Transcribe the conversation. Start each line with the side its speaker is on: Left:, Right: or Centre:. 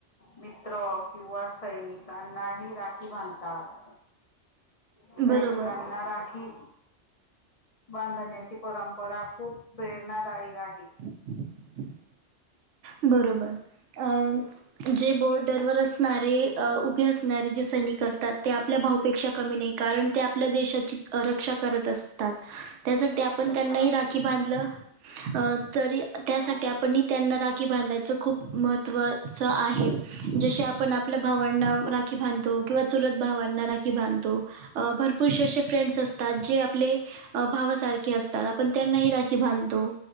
Left: मित्र किंवा सैनिकांनाही राखी बांधतात. सैनिकांना
Right: बरोबर
Left: राखी बांधण्याची परंपरा खूप प्रेरणादायी आहे.
Right: हं <inaudible> बरोबर अं जे बौर्डरवर असणारे उभे असणारे जे सैनिक असतात, ते आपल्या भाऊपेक्षा कमी नाही कारण ते आपल्या देशाची रक्षा करत असतात. त्यासाठी
Left: रक्षक
Right: आपण त्यांनाही
Left: करत
Right: राखी
Left: असत
Right: बांधलं, तरी त्यासाठी
Left: हो
Right: आपण ही त्यांना राख खी बांधायच खूप महत्त्वच आहे जसे आपण आपल्या भावांना राीखी बांधतो किंवा चुलत भावांना राखी बांधतो भरपूरसेे असे फ्रेंडस असतं तात. जे आपले भावासारखे असतात आपण त्यांनाही राखी बांधतो.